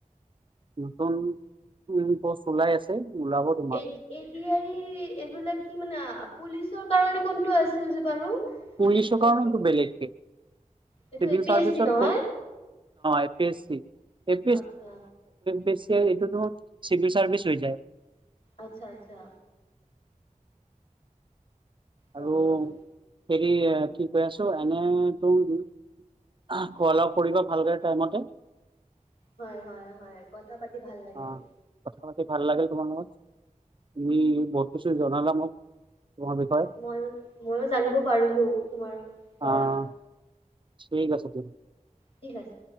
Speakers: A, on the right; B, on the left.
A: নতন উ <unintelligible> কৰ্চ ওলাই আছে ওলাব তোমাৰ।
B: এ ডী ৰ ই এইবিলাক কি মানে পুলিচৰ কাৰণে কোনটো আছিল যে বাৰু পুলিচ
A: পুলিচৰ
B: পষ্টৰ
A: কাৰণে সেইটো বেলেগ কে
B: এইটো
A: চিভিল
B: এ পি
A: চাৰ্ভিচৰ
B: এছ চি নহয়
A: ত এ পি চ চি অ
B: আচ্ছা
A: পি স <unintelligible> এইটো দেখু চিভিল চাৰ্ভিচ হৈ যায়
B: আচ্ছা আচ্ছা গম
A: আৰু
B: পালো
A: হেৰি কি কৈ আছো এনেতো খোৱা লাও কৰিবা ভালকে টাইমতে
B: হয় হয় হয় কথা পাতি ভাল লাগিল
A: অ কথা ভাল লাগিল তোমাৰ লগত, তুমি বহুত কিছু জনালা মোক তোমাৰ বিষয়ে,
B: ময়ো ময়ো জানিব পাৰিলো তোমাৰ পৰা
A: আহ ঠিক আছে দিয়া
B: ঠিক আছে